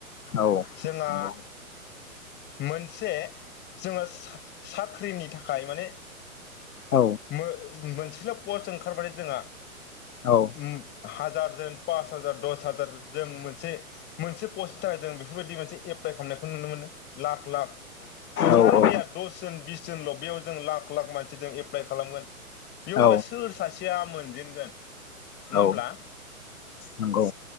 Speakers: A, on the left; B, on the left.
A: औ
B: जोंहा
A: नंगौ
B: मोनसे जोङो सा-साख्रिनि थाखाय माने
A: औ
B: मो-मोनसे फिलप पस्ट ओंखारबाय जोंहा
A: औ
B: उम हाजार जों पास हाजार दस हाजार जों मोनसे मोनसे पस्टनि थाखाय जों बेफोरबायदि मोनसे एप्लाइ खालामनायखौ नुनो मोनो। लाख लाख पस्टआनो
A: औ औ
B: गैया दस जोन बिस जोंल बेयाव जों लाख लाख मानसिजों एफ प्लाइ खालामगोन। बेव होमब्ला
A: औ
B: सोर सासेया मोनजेनगोन नङा
A: औ
B: होमब्ला?
A: नंगौ